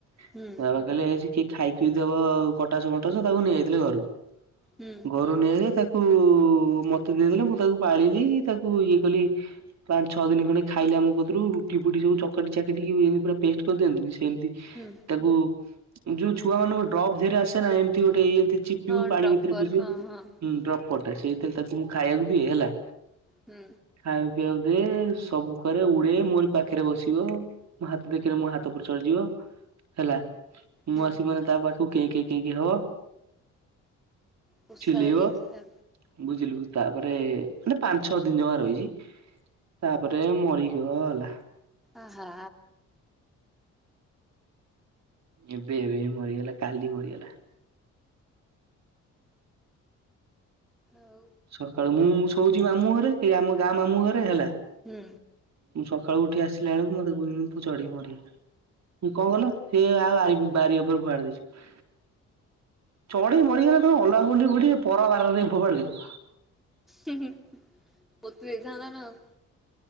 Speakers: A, on the right; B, in the centre.
A: ତା
B: ହୁଁ
A: ସେ କହିଲେ କି ଖାଇ ଖୁଇ ଦବ କଟାସ ମଟାସ ତାକୁ ନେଇଯାଇଥିଲେ ଘରୁକୁ
B: ହୁଁ।
A: ଘରକଉ ନେଇ ଆଇଲେ ତାକୁ ମତେ ଦେଇଦେଲେ ମୁଁ ତାକୁ ପାଳିଲି ତାକୁ ଇଏ କଲି ପାଞ୍ଚ ଛଅ ଦିନ ଖଣ୍ଡେ ଖାଇଲେ ଆମ କତିରୁ ରୁଟି ଫୁଟି ସବୁ ଚକଟି ଚାକିଟି ଏମତି ପୁରା ପେଷ୍ଟ୍ କରିଦିଅନ୍ତିନି ସେମିତି
B: ହୁଁ।
A: ତାକୁ ଯୋଉ ଛୁଆ ମାନଙ୍କ ଡ୍ରପ୍ ଧିଏରେ ଆସେ ନା ଏମିତି ଗୋଟେଇମ ଚିପ୍ୟୁ
B: ହଁ
A: ପାଣି
B: ଡ୍ରପର
A: ଭିତରେ ପଡ଼ିଯିବ
B: ହଁ ହଁ।
A: ଡ୍ରପ୍ କଟା ସେଇଥି ତାକୁ ମୁଁ ଖାଇବାକୁ ଦିଏ ହେଲା
B: ହୁଁ।
A: ଖାଇବାକୁ ପିଇବାକୁ ଦିଏ ସବୁକରେ ଉଡ଼େ ମୋରି ପାଖରେ ବସିବ ମୋ ହାତ ଦେଖିଲେ ମୋ ହାତ ଉପରେ ଚଢ଼ିଯିବ ହେଲା ମୁଁ
B: ହୁଁ
A: ଆସିବି ମାନେ ତା ପାଖକୁ କେଁ କେଁ କେଁ କେଁ ହବ
B: ପୋଷା
A: ଚିଲ୍ଲେଇବ
B: ହେଇଯାଇଥିଲା
A: ବୁଝିଲୁ ତାପରେ ମାନେ ପାଞ୍ଚ ଛଅ ଦିନ ଜମା ରହିଛି ତାପରେ ମରିଗଲା
B: ଆହା।
A: ଏବେ ଏବେ ମରିଗଲା କାଲି ମରିଗଲା।
B: ଆଉ।
A: ସକାଳୁ ମୁଁ ଶୋଉଛି ମାମୁଁ ଘରେ ଏଇ ଆମ ଗାଁ ମାମୁଁ ଘରେ ହେଲା
B: ହୁଁ।
A: ମୁଁ ସକାଳୁ ଉଠି ଆସିଲା ବେଳକୁ ମତେ କହୁଛନ୍ତି ତୋ ଚଢ଼େଇ ମରିଗଲା। କଣ କଲ ସିଏ ଆଉ ବାରି ଉପରେ ଫୋପାଡ଼ି ଦେଇଛୁ ଚଢ଼ି ମରିଗଲେ ତମେ ଅଲଗା ଗୁଣ୍ଡି ଫୁ ପର ବାର ରେ ନେଇ ଫୋପାଡ଼ି ଦେବୁ?
B: ପୋତି ଦେଇଥାନ୍ତ ନା ଆଉ।